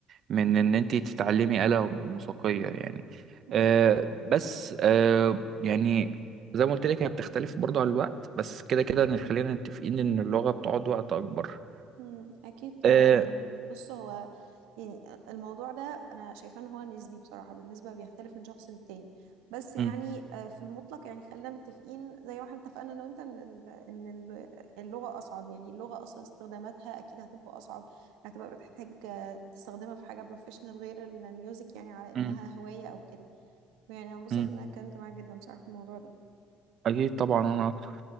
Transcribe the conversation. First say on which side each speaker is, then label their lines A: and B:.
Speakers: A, on the right; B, on the right.
A: من إن أنت تتعلمي آلة موسيقية يعني
B: مم.
A: أه بس أه يعني زي ما قلت لك هي بتختلف برضه على الوقت بس كده كده إن- خلينا متفقين إن اللغة بتقعد وقت أكبر
B: مم، اكيد طبعا
A: أه
B: يعني بص هو يعني الموضوع ده انا شايفاه ان هو نسبي بصراحه بالنسبه بيختلف من شخص للتاني بس يعني
A: مم.
B: آه، في المطلق يعني خلينا متفقين زي ما احنا اتفقنا انا وانت ان ال- ان ال- اللغه اصعب يعني اللغه اصلا استخداماتها اكيد هتبقى اصعب هتبقى بتحتاج آه، تستخدمها في حاجه بروفيشنال غير الميوزك يعني على انها
A: مم.
B: هوايه او كده يعني انا انبسطت
A: مم.
B: ان انا اتكلمت معاك جدا بصراحه في الموضوع ده
A: أكيد طبعا أنا